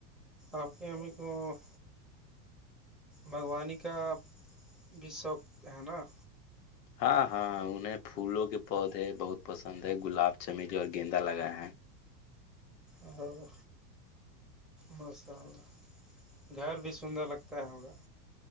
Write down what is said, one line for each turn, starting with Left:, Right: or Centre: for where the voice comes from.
Centre: آپ کے امی کو- منگوانی کا بھی شوق ہے نا-
Left: ہاں ہاں انہیں پھولوں کے پودے بہت پسند ہے گلاب چمیلیی اور گیندا لگائے ہیں-
Centre: اور مساءلہ گھر بھی سندر لگتا ہے ہما-